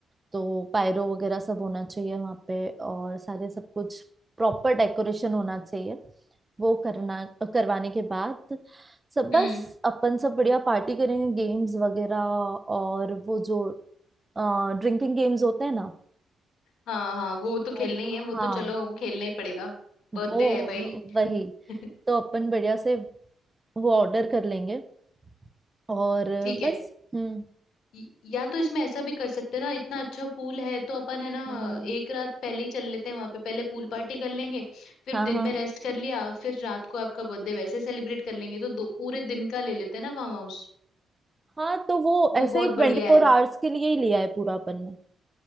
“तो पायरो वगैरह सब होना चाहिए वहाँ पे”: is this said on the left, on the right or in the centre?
Right